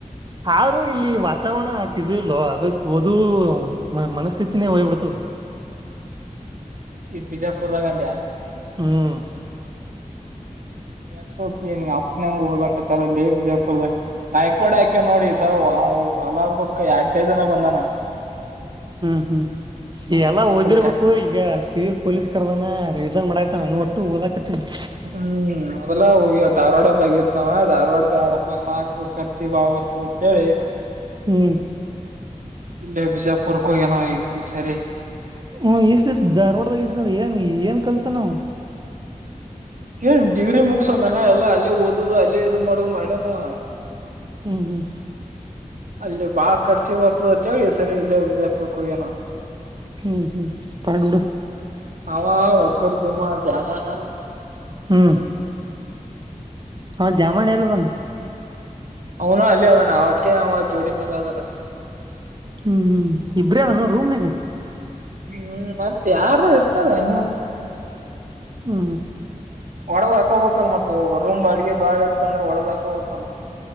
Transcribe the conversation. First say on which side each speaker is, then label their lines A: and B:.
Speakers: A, on the right; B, on the right.
A: ಆದ್ರು ಇಲ್ಲಿ ವಾತಾವರಣ ಅಷ್ಟು ಇದಿಲ್ಲ ಅದುಕ್ಕೆ ಮನಸ್ಥಿತಿನೇ ಹೋಗಿ ಬಿಡುತ್ತೆ
B: ಈಗ್ ಬಿಜಾಪುರದಗ್ ಅಂದ
A: ಹ್ಮ್
B: ಎರಡ್ ಸಪಿ ಅಪ್ಪನಂಗ ಓದತ್ತಾರಲ್ಲೇ ಬಿಜಾಪುರದ ನಾಯ್ಕೋಡೆ ಆಾಕ್ಯ ನೋಡಿ ಸ ಅವ ಅಲಾಬಕ್ ಎಡ್ನೇ ದನ ಬಂದಾನ
A: ಹ್ಮ್ ಹ್ಮ್ ಎಲ್ಲ
B: ಎರಡ್
A: ಓದಿರ್ಬೇಕು ಈಗ ಸಿವಿಲ್ ಪೊಲೀಸ್ ಕರ್ದನ ರಿವಿಸನ್ ಮಾಡಾಕ್ತ ನನ್ ಒಟ್ಟು ಓದಾಕತ್ತಿದಿದ್ದ
B: ಹ್ಮ್ ಮೊದ್ಲ ಹೋಗಿ ಧಾರವಾಡ ಬಗಿದ್ನಾವ ಧಾರ್ವಾಡ ಬ್ಯಾಡಪ ಸಾಕು ಖರ್ಚಿ ಬಾಳ ಬರ್ತದ ಅಂತೇಳಿ
A: ಹ್ಮ್
B: ಇಲೇ ಬಿಜಾಪುರ್ಕ್ಯನ ಈ ಸರಿ
A: ಹ್ಮ ಈಸ್ಈಸ್ ಧಾರ್ವಾಡ್ದಾಗ ಇದ್ನಲ್ ಏನ್ ಏನ್ ಕಲ್ತಾನವ
B: ಏನ್ ಡಿಗ್ರಿ ಮುಗಸೋನ ಎಲ್ಲ ಅಲ್ಲೇ ಓದುದು ಅಲ್ಲೇ ಇದು ಮಾಡೋುದು ಮಾಡ್ಯನ ಆವ
A: ಹ್ಮ್ ಹ್ಮ್
B: ಅಲ್ಲಿ ಬಾಳ ಖರ್ಚಿ ಬರ್ತದ ಅತ್ತ ಹೇಳಿ ಸರಿ ಇಲ್ಲ ವಿಜಯಪುರ್ಕ್ಕೆ ಹೋಗ್ಯನ.
A: ಹ್ಮ್ ಹ್ಮ್ ಪಾಡಬುಡು
B: ಅವಾ ವಕ್ರಿದಿಣ್ಣೆ ದ್ಯಾಮವ್ವ
A: ಹ್ಮ್ ಹ ದ್ಯಾಮಣ ಎಲ್ಲ ಅದನ
B: ಅವನು ಅಲೇ ಅದಾನ ಅವಕ ಅವ ಜೋಡಿ ಮ್ಯಾಲ ಆದ್ರ
A: ಹ್ಮ್ ಹ್ಮ್ ಇಬ್ರೇ ಅದ ನೋ ರೂಮದಾಗ
B: ಹ್ಮ್ ಮತ್ತ ಯಾರು ಇರ್ತಾರ ಹಿಗ
A: ಹ್ಮ
B: ಒಡದ್ ಹಕೋಬೇಕಲ್ಲ ಮತ್ತ ರೂಮ್ ಬಾಡಿಗೆ ಬಾಳ ಇರ್ತ ಅಂದ್ರೆ ಒಡದ್ ಹಾಕೋಬೇಕಲ್ಲ